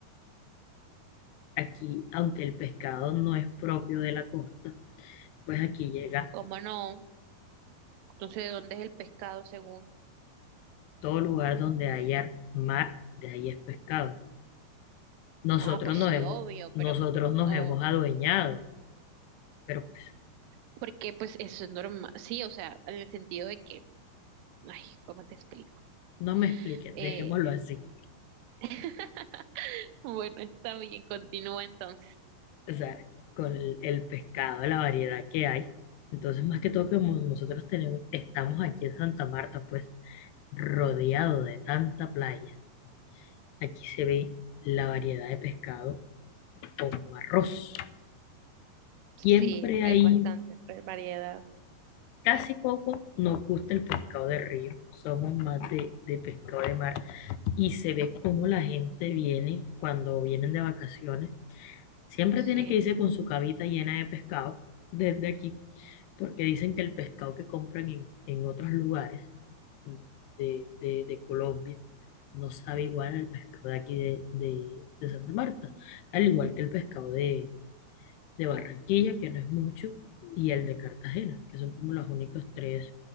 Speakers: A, on the left; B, on the right.
A: Aquí, aunque el pescado no es propio de la costa, pues aquí llega
B: ¿Cómo no? Entonces, ¿de dónde es el pescado según?
A: todo lugar donde haya mar, de ahí es pescado. Nosotros
B: Ah, pues
A: nos
B: sí,
A: hemos,
B: obvio,
A: nosotros
B: pero,
A: nos
B: o,
A: hemos adueñado, pero pues
B: porque pues eso es normal, sí, o sea, en el sentido de que, ay, ¿cómo te explico?
A: no me expliques,
B: Eh,
A: dejémoslo así.
B: <laughs> bueno, está bien, continúa entonces.
A: O sea, con el, el pescado, la variedad que hay. Entonces, más que todo, como nosotros tenemos, estamos aquí en Santa Marta, pues. rodeado de tanta playa, aquí se ve la variedad de pescado como arroz.
B: Sí,
A: Siempre hay,
B: hay bastante pues, variedad,
A: casi poco, nos gusta el pescado de río, somos más de, de pescado de mar y se ve cómo la gente viene cuando vienen de vacaciones. Siempre
B: sí.
A: tienen que irse con su cabita llena de pescado desde aquí, porque dicen que el pescado que compran en en otros lugares de, de, de Colombia no sabe igual al pescado de aquí de, de, de Santa Marta, al igual que el pescado de, de Barranquilla, que no es mucho, y el de Cartagena, que son como los únicos tres